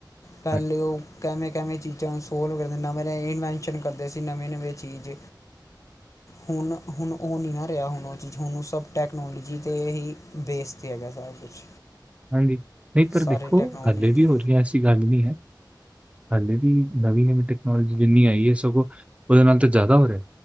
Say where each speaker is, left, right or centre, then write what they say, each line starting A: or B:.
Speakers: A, on the right; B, on the left.
A: ਹੂੰ।
B: ਪਹਿਲੇ ਉਹ ਕਿਵੇਂ ਕਿਵੇਂ ਚੀਜ਼ਾਂ ਸੋਲਵ ਕਰ ਦਿੰਦਾ ਇਨਵੈਸ਼ਨ। ਕਰਦੇ ਸੀ ਨਵੇਂ ਨਵੇਂ ਚੀਜ਼। ਹੁਣ ਹੁਣ ਉਹ ਨਹੀਂ ਨਾ ਰਿਹਾ ਹੁਣ ਉਹ ਚੀਜ਼ ਹੁਣ ਸਭ ਟੈਕਨੋਲੋਜੀ 'ਤੇ ਹੀ ਬੇਸ 'ਤੇ ਹੈਗਾ ਸਾਰਾ ਕੁਛ।
A: ਹਾਂਜੀ ਨਹੀਂ ਪਰ
B: ਸਾਰੇ
A: ਦੇਖੋ
B: ਟੈਕਨੋਲੋਜੀ
A: ਹਲੇ ਵੀ
B: 'ਤੇ
A: ਹੋ ਰਹੀ ਹੈ। ਐਸੀ ਗੱਲ ਨਹੀਂ ਹੈ। ਹਾਲੇ ਵੀ ਨਵੀਂ ਨਵੀਂ ਟੈਕਨੋਲੋਜੀ ਜਿੰਨੀ ਆਈ ਹੈ। ਸਗੋਂ ਉਹਦੇ ਨਾਲ ਤਾਂ ਜ਼ਿਆਦਾ ਹੋ ਰਿਹਾ।